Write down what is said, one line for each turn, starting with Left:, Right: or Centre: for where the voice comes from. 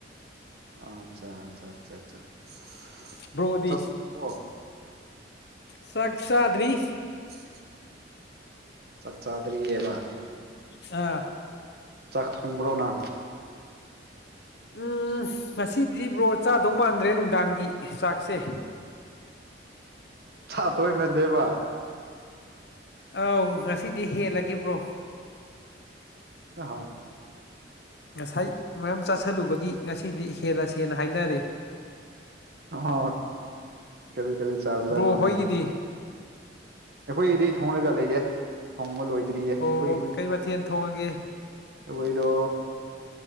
Right: ꯑꯆꯥ ꯑꯆꯥ ꯑ
Left: ꯕ꯭ꯔꯣꯗꯤ
Right: ꯑ ꯆꯣ
Left: ꯆꯥꯛ ꯆꯗ꯭ꯔꯤ
Right: ꯎꯝ ꯆꯥꯛ ꯆꯥꯗ꯭ꯔꯤꯑꯕ
Left: ꯑꯥ
Right: ꯆꯥꯛ ꯊꯣꯡꯕ꯭ꯔꯣꯅ
Left: ꯎꯝ ꯉꯁꯤꯗꯤ ꯕ꯭ꯔꯣ ꯆꯥꯗꯧ ꯃꯥꯟꯗ꯭ꯔꯦ ꯅꯨꯡꯗꯥꯡꯒꯤ ꯆꯥꯛꯁꯦ
Right: ꯇꯏ ꯃ ꯗꯕ
Left: ꯑꯥꯎ ꯉꯁꯤꯗꯤ ꯍꯦꯜꯂꯕ꯭ꯔꯣ
Right: ꯍ
Left: ꯉꯁꯥꯏ ꯃꯌꯥꯝ ꯆꯥꯁꯤꯜꯂꯨꯕꯒꯤ ꯉꯁꯤꯗꯤ ꯍꯦꯜꯂꯁꯦꯟꯅ ꯍꯥꯏꯅꯔꯦ
Right: ꯑ ꯀꯔꯤ ꯀꯔꯤ ꯆꯥꯖ
Left: ꯕ꯭ꯔꯣ
Right: ꯅꯣꯅꯦ
Left: ꯍꯣꯏꯒꯤꯗꯤ
Right: ꯑꯩꯈꯣꯏꯗꯤ ꯊꯣꯡꯡꯂꯒ ꯂꯩꯌꯦꯦ ꯊꯣꯡꯕ ꯂꯣꯏꯗꯦ ꯭ꯔꯤꯌꯦ ꯑꯩꯈꯣꯏꯒꯤꯗꯤ
Left: ꯑꯣ ꯀꯩ ꯃꯊꯦꯜ ꯊꯣꯡꯉꯒꯦ
Right: ꯑꯩꯈꯣꯏꯗꯣ